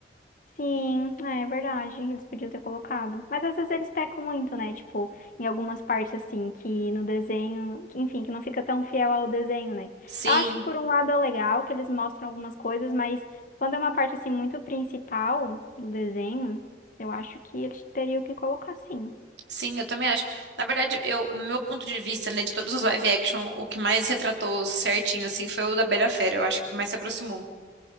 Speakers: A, on the left (about 50°); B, on the right (about 80°).
A: Sim, é verdade, eles podiam ter colocado. Mas às vezes eles pecam muito, né? Tipo, em algumas partes assim, que no desenho, que, enfim, que não fica tão fiel ao desenho, né?
B: Sim,
A: Eu acho que por um lado é legal que eles mostram algumas coisas, mas quando é uma parte assim muito principal do desenho, eu acho que eles teriam que colocar sim.
B: sim, eu também acho. Na verdade, eu, no meu ponto de vista, né, de todos os live action, o que mais retratou certinho assim foi o da Bela e a Fera, eu acho que mais se aproximou.